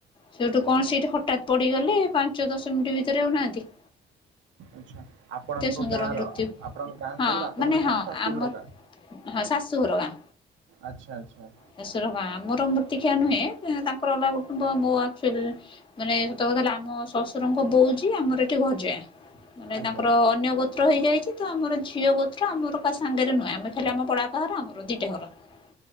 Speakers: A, on the left; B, on the right.
A: ସେଇଠୁ କଣ ସେଇଠି ହଠାତ୍ ପଡ଼ିଗଲେ। ପାଞ୍ଚ ଦଶ ମିନ୍ଟି ଭିତରେ ହଉନାହାନ୍ତି।
B: ଆଛା ଆପଣଙ୍କ
A: ସୁନ୍ଦର
B: ଗାଁର
A: ମୃତ୍ୟୁ
B: ଆପଣଙ୍କ ଗାଁ
A: ହଁ
B: କହିଲି ବାପଘର
A: ମାନେ ହଁ
B: ଗାଁ ନା ଶାଶୁଘର
A: ଆମର
B: ଗାଁ?
A: ହଁ ଶାଶୁଘର ଗାଁ।
B: ଆଚ୍ଛା ଆଚ୍ଛା।
A: <unintelligible> ବାଁ ମୋର ମୃତ୍ତିକିୟଆ ନୁହେଁ ତାଙ୍କର ଅଲଗ କୁଟୁମ୍ବ ମୋ <unintelligible> ମାନେ ସତ କଥା ହେଲା ଆମ ଶଶୁରଙ୍କ ବୋଉଜି ଆମର ଏଠି <unintelligible> ମାନେ
B: ଆଜ୍ଞା
A: ତାଙ୍କର ଅନ୍ୟ ଗୋତ୍ର ହୋଇଯାଇଚି ତ ଆମର ଝିଅ ଗୋତ୍ର ଆମର କା ସାଙ୍ଗରେ ନୁହେଁ ଆମେ ଖାଲି ଆମ ପଳାପା ଘର ଆମର ଦୁଇଟା ଘର। ବ